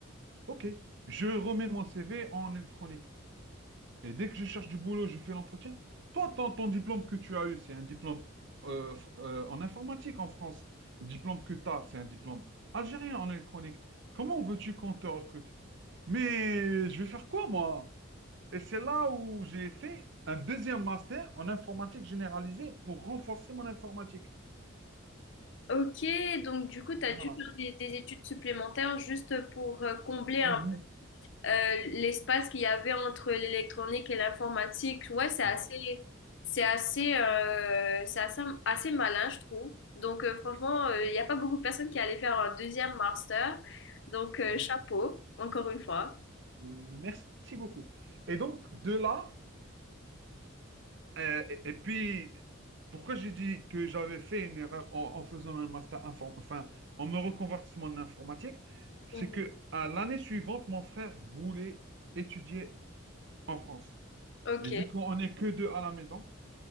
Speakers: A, on the right (about 60°); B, on the left (about 60°).
A: Ok. Je remets mon CV en électronique. Et dès que je cherche du boulot, je fais l'entretien. Toi, ton, ton diplôme que tu as eu, c'est un diplôme euh, f- euh, en informatique en France. Le diplôme que tu as, c'est un diplôme algérien en électronique. Comment veux-tu qu'on te recrute? Mais je vais faire quoi, moi? Et c'est là où j'ai fait un deuxième master en informatique généralisée pour renforcer mon informatique.
B: Ok, donc du coup, tu as
A: Voilà.
B: dû faire des, des études supplémentaires juste pour euh, combler
A: Mhm.
B: un peu euh, l'espace qu'il y avait entre l'électronique et l'informatique. Ouais, c'est
A: Voilà.
B: assez, c'est assez, euh, c'est assez, assez malin, je trouve. Donc euh, franchement, euh, il n'y a pas beaucoup de personnes qui allaient faire un deuxième master. Donc euh,
A: Mhm.
B: chapeau, encore une fois.
A: Merci beaucoup. Et donc, de là, euh, et, et puis, pourquoi j'ai dit que j'avais fait une erreur en, en faisant un master inform- enfin, en me reconvertissant en informatique, c'est
B: Mhm.
A: que à l'année suivante, mon frère voulait étudier en France.
B: Ok,
A: Et vu qu'on n'est que deux à la maison,